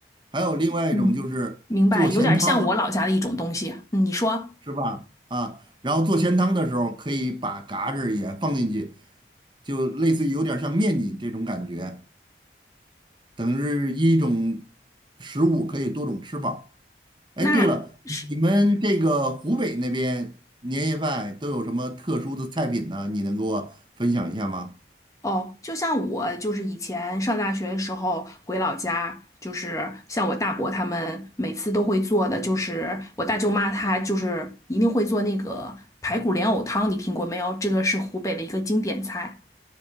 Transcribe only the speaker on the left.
嗯，明白，有点像我老家的一种东西。嗯你说
那是
哦，就像我就是以前上大学的时候回老家。就是像我大伯他们每次都会做的，就是我大舅妈她就是一定会做那个排骨莲藕汤，你听过没有？这个是湖北的一个经典菜。